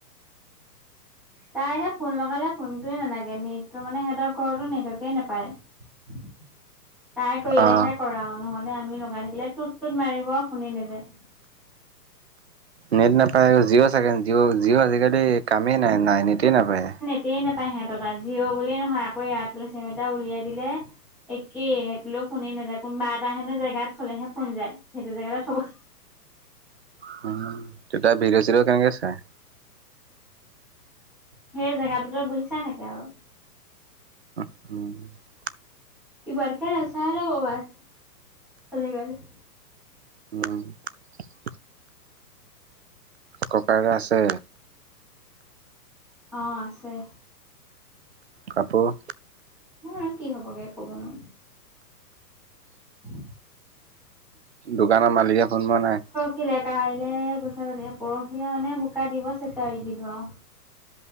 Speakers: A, in the centre; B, on the right.
A: তাইলে ফোন লগালে ফোনটোৱে নালাগে। নেটতো মানে সিহঁতৰ ঘৰতো নেটৱৰ্কে নাপায়। <inaudible> তাই কৰিলেহে
B: অ'।
A: কৰা আও নহলে আমি লগাই থাকিলে, টোত-টোত মাৰিব আৰু ফোনে নাযায়।
B: নেট নাপায় জিঅ চাগে জিঅ-জিঅ আজিকালি কামেই নাই-নাই নেটেই নাপায়।
A: টেই নাপায়। সিহঁতৰ তাত জিঅ' বুলিয়েই নহয় আকৌ এয়াৰটেলৰ চিম এটা উলিয়াই দিলে। এক কে সেইটোলৈও ফোনে নাযায়। কোনোবা এটা হেনো জেগাত থ'লেহে ফোন যায়, সেইটো জেগাতে থব <inaudible>
B: হম', তেতিয়া ভিদিঅ-চিদিঅ কেনেকে চাই?
A: সেই জেগাটোতে বহি চাই থাকে আৰু
B: <unintelligible>
A: ইমানকে নাচাই আৰু মোবাইল, আজিকালি।
B: <unintelligible> ককায়েক আছে?
A: অ' আছে।
B: কাপোৰ?
A: নাই কি হ'বগে ক'ব নোৱাৰো। <inaudible>
B: দোকানৰ মালিকে ফোন মৰা নাই?
A: খিলে কাইলে পইচাটো দিয়ে, পৰহিলে মানে বোকা দিব চাগে <unintelligible>